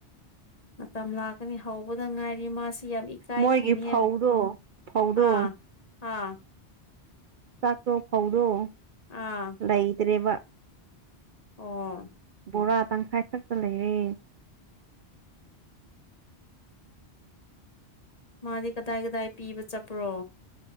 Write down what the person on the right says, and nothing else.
ꯃꯣꯏꯒꯤ ꯐꯧꯗꯣ
ꯐꯧꯗꯣ
ꯆꯥꯛꯇꯣ ꯐꯧꯔꯣ
ꯂꯩ ꯂꯩꯗ꯭ꯔꯦꯕ
ꯕꯣꯔꯥ ꯇꯪꯈꯥꯏ ꯈꯛꯇ ꯂꯩꯔꯦ